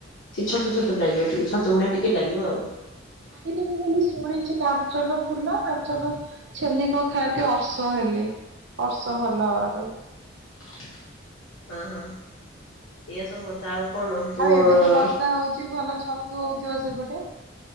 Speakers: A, on the left; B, on the right.
A: ସେ ଛତୁ ଛତୁ ଲାଗିବ ଟିକେ ଛତୁ ଭଳିଆ ଟିକେ ଲାଗିବ ଆଉ।
B: ନାଗିନି ମୁଁ ବୋଲି ଶୁଣିଚି କାଞ୍ଚନ ଫୁଲ କାଞ୍ଚନ ଛେଲିକ ଖାଦ୍ୟ ଅର୍ଷ ହେଲେ ଅର୍ଷ ଭଲ ହବା ପାଇଁ
A: ଅହ ଏଆ ସବୁ କଥା ଆଉ କଣ ତୁ
B: ଆଉ ଏବେ ତ ବର୍ଷା ହଉଛି ଭଲ ଛତୁ ହଉଥିବ ସେପଟେ?